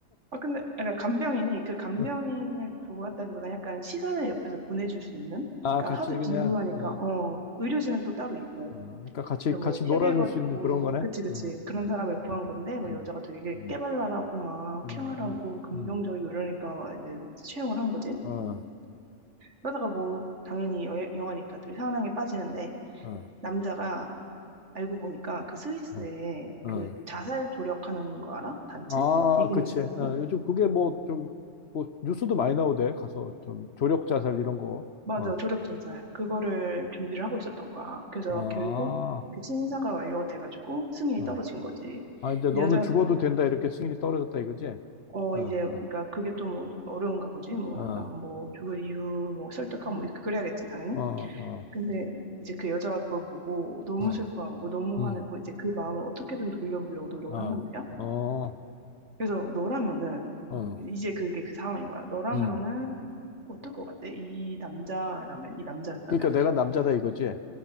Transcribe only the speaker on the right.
아, 근데, 아, 그러니까 간병인이 그 간병인을
구했다기보다 약간 시간을 옆에서 보내줄 수 있는?
그러니까
하도
지루하니까,
어, 의료진은 또 따로 있고.
그래서
뭐
책 읽어주고,
그치, 그치.
그런
사람을 구한 건데, 막
여자가 되게
깨발랄하고, 막
케어하고,
긍정적이고
이러니까 막 이제 채용을 한 거지.
그러다가 뭐, 당연히 여, 영화니까 둘이 사랑에 빠지는데,
남자가 알고 보니까 그 스위스에
그 자살 조력하는 거 알아? 단체?
디그니스트?
맞아,
조력 자살. 그거를 준비를 하고 있었던 거야. 그래서
결국 그 심사가 완료가 돼가지고 승인이
떨어진 거지.
근데 여자,
어,
이제,
그러니까 그게 또 뭐 어려운가 보지. 뭐
약간 뭐 그 이유, 뭐 설득하고 뭐 그래야겠지, 당연히.
근데 이제 그 여자가 그걸 보고 너무
슬퍼하고 너무
화내고 이제 그 마음을 어떻게든 돌려보려고 노력을
한단 말이야.
그래서 너라면은,
이제 그게 그 상황인 거야. 너라면은
어떨 것 같아? 이 남자라면, 이 남자였다면.